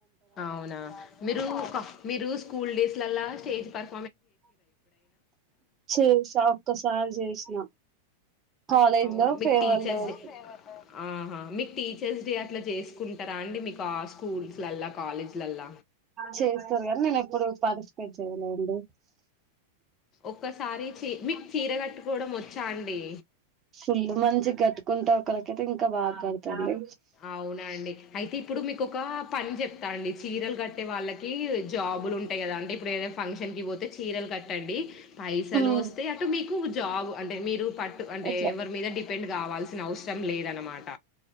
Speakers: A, on the left (about 30°); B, on the right (about 25°).
A: అవునా మీరు ఒక మీరు స్కూల్ డేస్ లల్ల స్టేజ్ పర్
B: చేసా ఒక్కసారి చేసినా కాలేజ్
A: అవునా
B: లో
A: మీకు
B: ఫేర్వెల్
A: టీచర్స్
B: రోజు
A: డే ఆహా మీకు టీచర్స్ డే అట్లా చేస్త తీసుకుంటారా అండి మీకు స్కూల్స్లలా కాలేజీలల్ల
B: చేస్తారు కానీ నేను ఎప్పుడు పార్టిసిపేట్ చేయలేండి
A: ఒక్కసారి చీ మీకు చీర కట్టుకోవడం వచ్చా అండి
B: ఫుల్లు మంచి కట్ కుంటే ఒకరికైతే ఇంకా బాగా కడతాండి
A: అవునా అండి అయితే ఇప్పుడు మీకు ఒక పని చెప్ తాండి చీరలు కట్టి వాళ్ళకి జాబులు ఉంటాయి కదా అండి ఇప్పుడు ఏద ఫంక్షన్కి పోతే చీరలు కట్టండి పైసలు
B: ఉమ్,
A: వస్తే అటు మీకు జాబ్ అంటే మీరు పట్టు అంటే
B: ఇట్లా
A: ఎవరి మీద డిపెండ్ కావాల్స అవసరం లేదనమాట